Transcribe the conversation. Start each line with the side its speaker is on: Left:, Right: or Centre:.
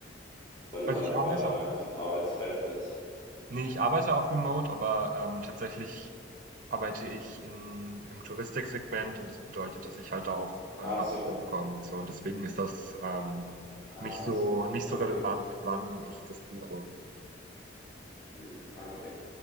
Left: weil du
Right: also,
Left: gerade
Right: ich arbeite
Left: gerade meinst
Right: auch
Left: mit Arbeitsbenefits.
Right: ne, ich arbeite auch remote, aber, ähm, tatsächlich Arbeite ich in im Touristiksegment und das bedeutet, dass ich halt da auch, äh,
Left: Ach
Right: Rabatte
Left: so,
Right: bekomme und so und deswegen ist das, ähm,
Left: ach
Right: nicht so
Left: so,
Right: nicht
Left: ah
Right: so relevant,
Left: okay,
Right: wann ich das buche,
Left: mhm. Ah okay,